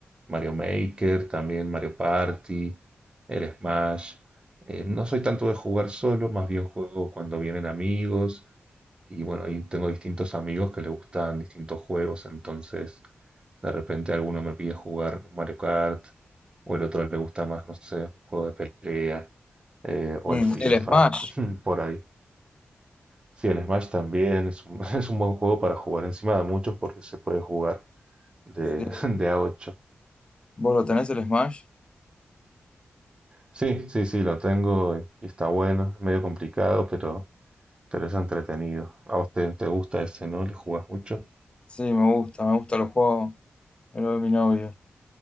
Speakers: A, on the right; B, on the left.
A: Mario Maker, también Mario Party, el Smash. Eh, no soy tanto de jugar solo, más bien juego cuando vienen amigos. Y bueno, ahí tengo distintos amigos que les gustan distintos juegos, entonces de repente alguno me pide jugar Mario Kart, o el otro le gusta más, no sé, un juego de pelea, eh, o
B: Mm,
A: el FIFA.
B: El Smash,
A: Hmm, Por ahí. Sí, el Smash también es un, <laughs> es un buen juego para jugar encima de muchos porque se puede jugar de,
B: sí.
A: <laughs> de a ocho
B: ¿Vos lo tenés el Smash?
A: Sí, sí, sí, lo tengo y está bueno, es medio complicado, pero, pero es entretenido. A vos te, te gusta ese, ¿no? Le jugás mucho.
B: Sí, me gusta, me gusta, los juegos el de mi novio,